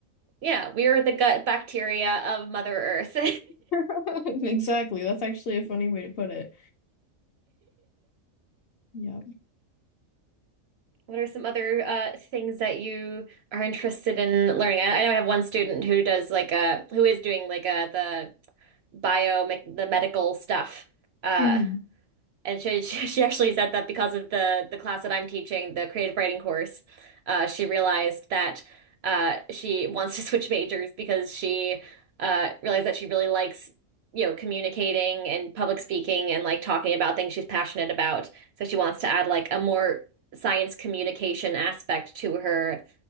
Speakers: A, on the right (about 65°); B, on the left (about 60°).
A: Yeah, we are the gut bacteria of Mother Earth. <laughs>
B: <laughs> Exactly. That's actually a funny way to put it. Yeah.
A: What are some other uh, things that you are interested in learning? I, I know I have one student who does like a who is doing like a the bio like, the medical stuff. Uh,
B: Mhm.
A: And she <laughs> she actually said that because of the the class that I'm teaching, the creative writing course, uh, she realized that uh, she wants to <laughs> switch majors because she uh, realized that she really likes, you know, communicating and public speaking and like talking about things she's passionate about. So she wants to add like a more science communication aspect to her